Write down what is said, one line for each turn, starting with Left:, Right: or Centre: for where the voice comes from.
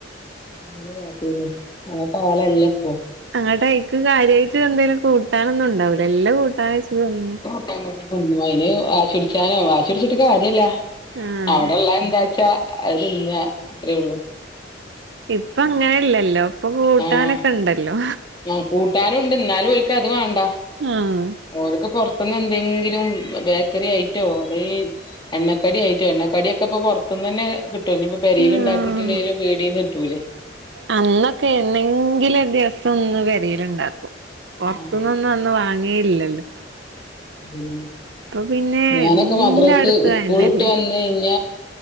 Left: അങ്ങനകാട്ടിനി ആ കലല്ലപ്പം.
Right: അങ്ങട്ട് ഐക്ക് കാര്യയിട്ട് എന്തേങ്കിലും കൂട്ടാനൊന്നും ഉണ്ടാവൂല്ല എല്ല കൂട്ടാനുവെച്ച്തിന്നും.
Left: ആഹ്കൂട്ടി ത്തിന്ന അയിന് വാശിടിച്ചാലോ വാശിടിച്ചിട്ട് കാര്യല്ല.
Right: ആഹ്
Left: അവിടെള്ള എന്താച്ചാ അഹ്ത്തിന്ന അത്രേ ഉള്ളു.
Right: ഇപ്പ അങ്ങനെല്ലല്ലോ ഇപ്പൊ കൂട്ടാനൊക്കെ
Left: ആഹ്
Right: ണ്ടല്ലോ.
Left: ആഹ് കൂട്ടാനും ഉണ്ട് എന്നാലും ഒൽക് അത് വേണ്ട
Right: ആഹ്
Left: ഓല്ക്ക് പൊറത്ത്ന്ന് എന്തെങ്കിലും ബേക്കറി ഐറ്റോ അല്ലെ? എണ്ണക്കാടി ആയിട്ടോ എണ്ണക്കടി ഒക്കെ ഇപ്പൊ പുറത്തൂന്ന് തന്നെകിട്ടൂ പിന്നപ്പോ പെരയിലി
Right: ആഹ്
Left: ണ്ടാക്കിട്ടില്ലെലും പീടെന്ന് കിട്ടൂലേ,
Right: അന്നൊക്കെ എന്നെങ്കിലും ഒരു ദിവസംഒന്ന് പെരെൽണ്ടാക്കും പൊർത്ത്ന്ന്
Left: ആഹ്
Right: ഒന്നൊന്നുവാങ്ങാ ങ്ങേ ഇല്ലല്ലോ
Left: ഉം
Right: പിന്നെ
Left: ഞാനൊക്കെ
Right: എല്ലായിടത്തും
Left: മദ്രാസ് സ്കൂൾട്ട്
Right: അയന്നെല്ലേ
Left: വന്ന് കഴിഞ്ഞ.